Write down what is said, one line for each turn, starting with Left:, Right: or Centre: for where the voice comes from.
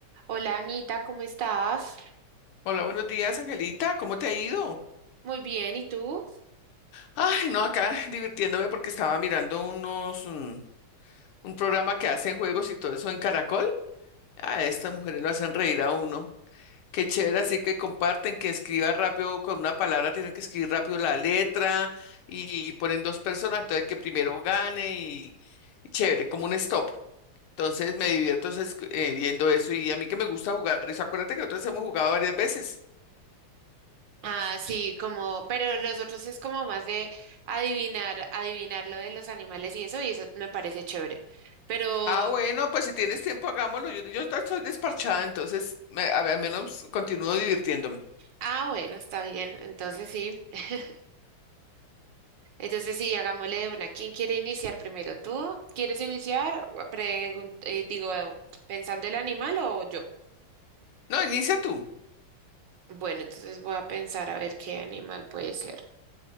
Right: Hola Anita, ¿cómo estás?
Left: Hola, buenos días, Angelita. ¿Cómo te ha ido?
Right: Muy bien, ¿y tú?
Left: Ay, no, acá divirtiéndome porque estaba mirando unos, mm, un programa que hacen juegos y todo eso en Caracol. A estas mujeres lo hacen reír a uno. Qué chévere, así que comparten, que escriba rápido con una palabra, tienen que escribir rápido la letra y ponen dos personas, entonces el que primero gane y, y chévere, como un stop. Entonces me divierto es- eh, viendo eso y a mí que me gusta jugar eso. Acuérdate que nosotros hemos jugado varias veces.
Right: Ah, sí, como, pero nosotros es como más de adivinar, adivinar lo de los animales y eso, y eso me parece chévere. Pero,
Left: Ah, bueno, pues si tienes tiempo, hagámoslo. Yo, yo ahorita estoy desparchada, entonces me- a- al menos continúo divirtiéndome.
Right: ah, bueno, está bien, entonces sí. <laughs> Entonces sí, hagámosle de una. ¿Quién quiere iniciar primero? ¿Tú quieres iniciar? O pregun- eh, digo, eh, pensando el animal o yo.
Left: No, inicia tú,
Right: Bueno, entonces voy a pensar a ver qué animal puede ser.